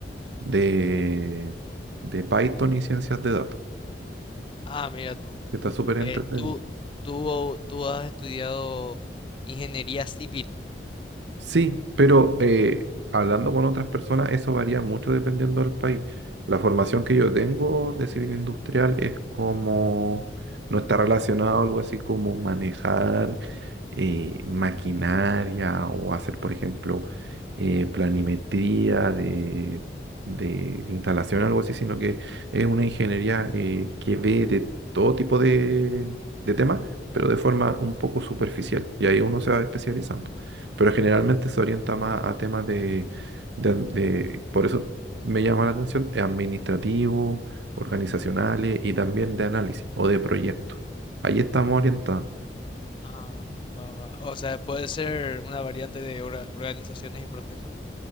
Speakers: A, on the right; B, on the left.
A: de, de Python y ciencias de datos,
B: Ah, mira tú.
A: que está súper entretenido.
B: Eh, tú, tú, tú has estudiado ingeniería civil.
A: Sí, pero eh, hablando con otras personas, eso varía mucho dependiendo del país. La formación que yo tengo de civil industrial es como, no está relacionado a algo así como manejar eh, maquinaria o hacer, por ejemplo, eh, planimetría de, de instalación, algo así, sino que es una ingeniería eh, que ve de todo tipo de, de temas, pero de forma un poco superficial. Y ahí uno se va especializando pero generalmente se orienta más a temas de, de- de- por eso me llama la atención, eh, administrativos, organizacionales y también de análisis o de proyectos. Ahí estamos orientados.
B: Ah, va, va. O sea, puede ser una variante de orga- organizaciones y procesos.